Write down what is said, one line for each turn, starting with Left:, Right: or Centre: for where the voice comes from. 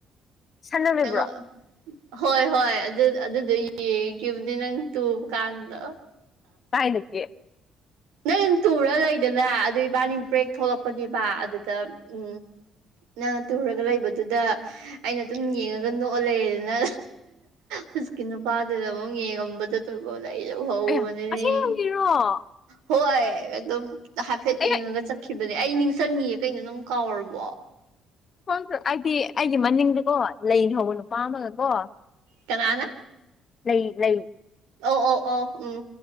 Left: ꯁꯥꯟꯅꯔꯤꯕ꯭ꯔꯣ
Right: ꯅꯪꯉꯣꯟ ꯍꯣꯏ ꯍꯣꯏ ꯑꯗꯨ ꯑꯗꯨꯗꯣ ꯌꯦꯡꯈꯤꯕꯅꯦ ꯅꯪ ꯇꯨꯕ ꯀꯥꯟꯗ
Left: ꯀꯥꯏꯗꯒꯤ
Right: ꯅꯪ ꯇꯨꯔ ꯂꯩꯗꯅ ꯑꯗꯥ ꯏꯕꯥꯅꯤ ꯕ꯭ꯔꯦꯛ ꯊꯣꯛꯂꯛꯄꯅꯦꯕ ꯑꯗꯨꯗ ꯎꯝ ꯅꯪꯅ ꯇꯨꯔꯒ ꯂꯩꯕꯗꯨꯗ ꯑꯩꯅ ꯑꯗꯨꯝ ꯌꯦꯡꯉꯒ ꯅꯣꯛꯑ ꯂꯩꯔꯦꯗꯅ ꯍꯧꯖꯤꯛꯀꯤ ꯅꯨꯄꯥꯗꯨꯗ ꯑꯃꯨꯛ ꯌꯦꯡꯉꯝꯕꯗꯣ ꯇꯨꯡ ꯑꯣꯜꯂ ꯑꯩ ꯂꯧ ꯎꯍꯧꯕꯅꯤꯅꯦ
Left: ꯑꯌꯥ <unintelligible>
Right: ꯍꯣꯏ ꯑꯗꯨꯝ ꯍꯥꯏꯐꯦꯠ
Left: ꯑꯩ
Right: ꯌꯦꯡꯉꯒ ꯆꯠꯈꯤꯕꯅꯦ ꯑꯩ ꯅꯤꯡꯖꯤꯡ ꯆꯪꯉꯤꯌꯦ ꯀꯩꯅꯣ ꯅꯪ ꯀꯥꯎꯔꯕꯣ
Left: ꯈꯪꯗꯦ ꯑꯩꯗꯤ ꯑꯩꯒꯤ ꯃꯅꯤꯡꯗꯀꯣ ꯂꯩꯅ ꯍꯧꯕ ꯅꯨꯄꯥ ꯑꯃꯒꯀꯣ
Right: ꯀꯅꯥꯅ
Left: ꯂꯩ ꯂꯩ
Right: ꯑꯧ ꯑꯧ ꯑꯧ ꯎꯝ